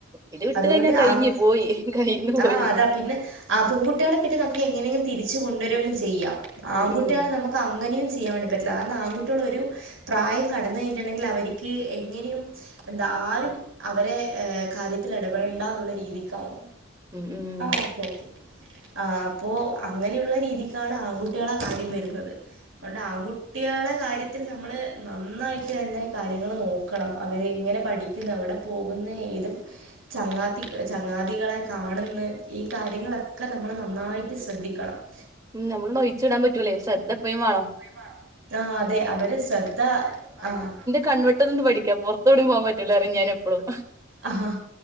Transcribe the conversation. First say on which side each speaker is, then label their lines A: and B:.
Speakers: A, on the right (about 20°); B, on the right (about 80°).
A: ഇത് വിട്ട്
B: അതുകൊണ്ട്
A: കഴിഞ്ഞാ കഴിഞ്ഞ്
B: ആഹ്
A: പോയി കയ്യിന്ന്
B: ആഹ്
A: പോയി
B: അതാ പിന്നെ ആഹ് പെങ്കുട്ടിയാളെ പിന്നെ നമുക്ക് എങ്ങനെങ്കിലും തിരിച്ച് കൊണ്ടുവരോങ്കും ചെയ്യാം ആങ്കുട്ടിയാളെ
A: ഉം ഉം
B: നമ്മ ക്കങ്ങനെയും ചെയ്യാൻ വേണ്ടി പറ്റില്ല കാരണം ആൺുട്ടികളൊരു പ്രായം കടന്നഴിഞ്ഞട്ടുണ്ടെങ്കിൽ അവര്ക്ക് എങ്ങനെയും എന്താ ആരും അവരെ ഏഹ് കാര്യത്തിൽ എടപെടെണ്ടന്നുള്ള രീതിക്കാവും.
A: ഉം ഉം
B: ആഹ് ഓക്കെ ഓക്കെ ആഹ് അപ്പോ അങ്ങനെയുള്ള രീതിക്കാണ് ആൺകുട്ടിയാളെ കാര്യം വരുന്നത് അഹോണ്ട് ആൺകു ട്ടിയാളെ കാര്യത്തിൽ നമ്മള് നന്നായിട്ട് തന്നെ കാര്യങ്ങൾ നോക്കണം അവരെങ്ങനെ പഠി ക്കുന്നു എവിടെ പോകുന്ന് ഏത് ചങ്ങാത്തി ചങ്ങാതികളെ കാണ്ന്ന് ഈ കാര്യങ്ങളൊക്കെ നമ്മള് നന്നായിട്ട് ശ്രദ്ധിക്കണം. <inaudible>
A: ഉം നമ്മളൊന്നും ഒഴിച്ച്ടാൻ പറ്റൂലേയ് ശ്രദ്ധ എപ്പയും വാണം.
B: വാണം ആഹ് അതെ അവരെ ശ്രദ്ധ ആഹ്
A: കൺവെട്ട്നിന്ന് പഠിക്ക പൊറത്തോടിം പോവാൻ പറ്റൂലാറിം ഞാനെപ്പഴും.
B: ആഹ്